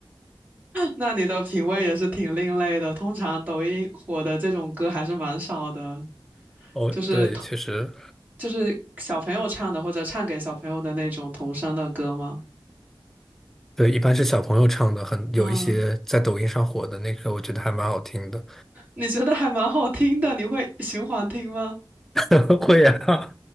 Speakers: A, on the right; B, in the centre.
A: 那你的品味也是挺另类的。通常抖音火的这种歌还是蛮少的，
B: 哦，
A: 就是童
B: 对，确实，
A: 就是小朋友唱的或者唱给小朋友的那种童声的歌吗？
B: 对，一般是小朋友唱的，很有一些在抖音上火的那个，
A: 啊，
B: 我觉得还蛮好听的。
A: 你觉得还蛮好听的，你会循环听吗？
B: <laughs> 会啊，